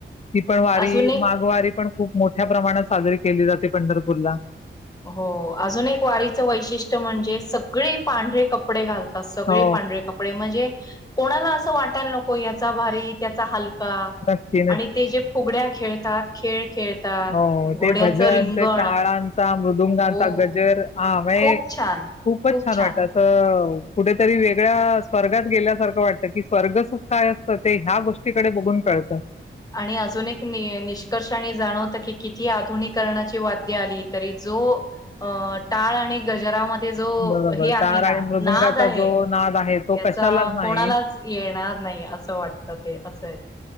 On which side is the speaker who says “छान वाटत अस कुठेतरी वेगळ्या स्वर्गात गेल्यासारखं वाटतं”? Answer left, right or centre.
Left